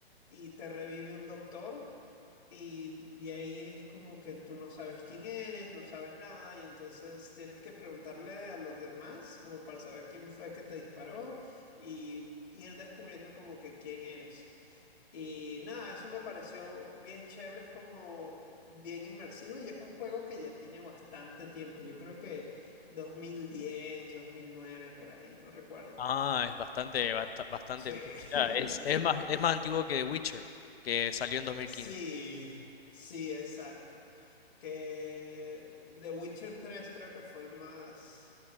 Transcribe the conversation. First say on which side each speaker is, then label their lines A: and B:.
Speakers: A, on the left; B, on the left.
A: y te revive un doctor. Y de ahí es como que tú no sabes quién eres, no sabes nada, y entonces tienes que preguntarle a los demás como para saber quién fue que te disparó y ir descubriendo como que quién eres. Y nada, eso me pareció bien chévere, es como bien inmersivo y es un juego que ya tiene bastante tiempo, yo creo que dos dos mil diez dos mil nueve por ahí, no recuerdo.
B: Ah, es bastante basta- bastante
A: Sí.
B: bien. Ya, es, es más
A: <laughs>
B: es más antiguo que The Witcher, que salió en 2015.
A: Sí, sí, exacto. Que The Witcher tres creo que fue el más,